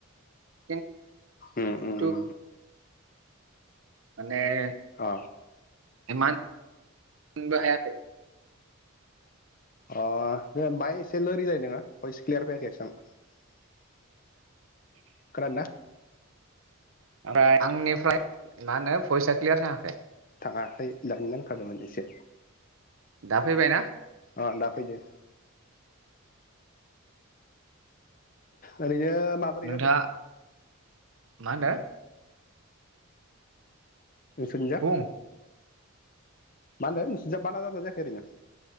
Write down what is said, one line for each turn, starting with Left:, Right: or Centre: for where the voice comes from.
Right: थिं
Left: उम उम
Right: थु
Left: उम
Right: <unintelligible>
Left: अ
Right: इमानबो हायाखै
Left: अ दे बाहाय एसे लोरिलाय नोङो भइस क्लियार फैयाखै एसां खोनादों ना?
Right: ओमफ्राय आंनिफ्राय मा होनो भयसा क्लियार थाङाखै
Left: थाङाखै दानि बुंखादोंमोन एसे
Right: दा फैबायना?
Left: अ दा फैदो। ओरोय बेयो माबोरै
Right: नोंथाङा
Left: जादों
Right: मा होनदो
Left: नोंसोरनिजा
Right: बुं
Left: मा होनदो नोंसिनिजा बाना जादोंना जायाखै एरैनो